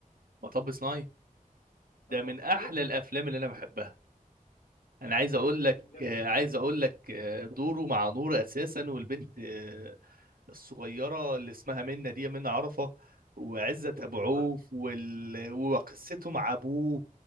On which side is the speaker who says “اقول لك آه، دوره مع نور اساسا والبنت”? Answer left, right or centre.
Right